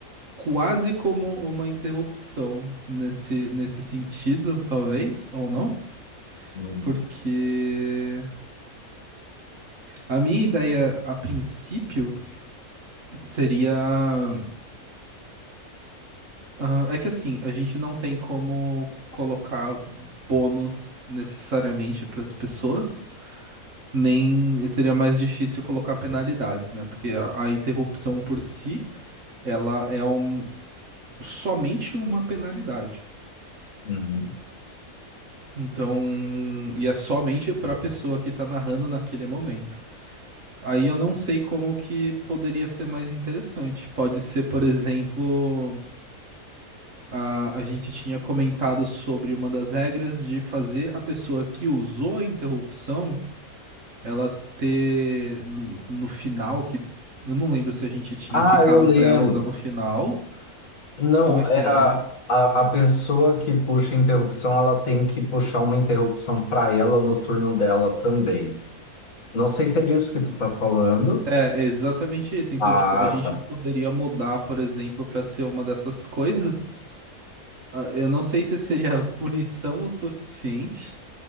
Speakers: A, on the right (about 60°); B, on the left (about 65°).
A: quase como uma interrupção nesse, nesse sentido, talvez, ou não?
B: uhum,
A: Porque a minha ideia a princípio seria. ah, é que assim, a gente não tem como colocar bônus necessariamente para as pessoas, nem seria mais difícil colocar penalidades, né? Porque a a interrupção por si ela é um, somente uma penalidade.
B: uhum.
A: Então, e é somente para a pessoa que tá narrando naquele momento. Aí eu não sei como que poderia ser mais interessante. Pode ser, por exemplo, a, a gente tinha comentado sobre uma das regras de fazer a pessoa que usou a interrupção, ela ter no, no final, que eu não lembro se a gente tinha
B: Ah,
A: ficado
B: eu lembro.
A: para ela usar no final.
B: Não,
A: Como é que
B: era
A: era?
B: a, a pessoa que puxa a interrupção, ela tem que puxar uma interrupção para ela no turno dela também. Não sei se é disso que tu tá falando.
A: É, exatamente isso. Então,
B: Ah,
A: tipo, a gente
B: tá.
A: poderia mudar, por exemplo, para ser uma dessas coisas. Ah, Eu não sei se seria <laughs> punição o suficiente.